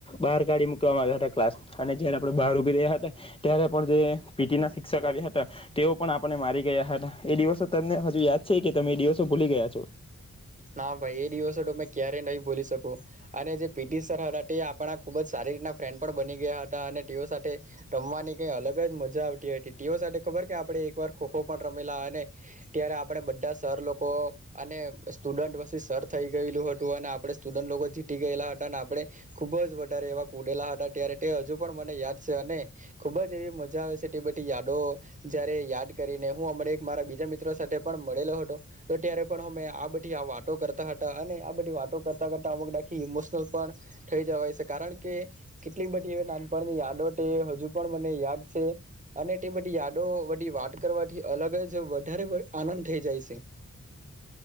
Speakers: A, on the left; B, on the right.
A: બહાર કાઢી મૂકવામાં આવ્યા હતા ક્લાસ અને જયારે આપણે બહાર ઉભી રહ્યા હતા ત્યારે પણ જે પીટી ના શિક્ષક આવ્યા હતા તેઓ પણ આપણને મારી ગયા હતા, એ દિવસો તમને હજુ યાદ છે કે તમે એ દિવસો ભૂલી ગયા છો?
B: ના ભાઈ એ દિવસો તમે ક્યારેય નહી ભોલી શકૂ અને જે પીટી સર હતા તે આપણા ખુબ જ સારી રીતના મિત્ર પણ બની ગયા હતા, અને તેઓ સાથે રમવાની કઈ અલગ જ મજા આવતી હતી તેઓ સાથે ખબર કે આપણે એકવાર ખો-ખો પણ રમેલા અને ત્યારે આપણે બધા સર લોકો અને સ્ટુડન્ટ વરસીસ સર થઈ ગયેલું હતું અને આપડે સ્ટુડન્ટ લોકો જીતી ગયેલા હતા અને આપણે ખુબ જ વધારે એવા કૂદેલા હતા ત્યારે તે હજુ પણ મને યાદ છે, અને ખુબ જ એવી મજા આવે છે તે બધી યાદો જયારે યાદ કરીને હું અમને એક મારા બીજા મિત્રો સાથે પણ મળેલો હતો તો ત્યારે પણ અમે આ બ આ વાતો કરતા હતા અને આ બધી વાતો કરતા કરતા અમુકદાખી ઇમોશનલ પણ થઈ જવાય છે. કારણ કે કેટલીક બધી એ નાનપણની યાદો તે હજુ પણ મને યાદ છે, અને તે બધી યાદો બધી વાત કરવાથી અલગ જ વધારે આનંદ થઈ જાય છે.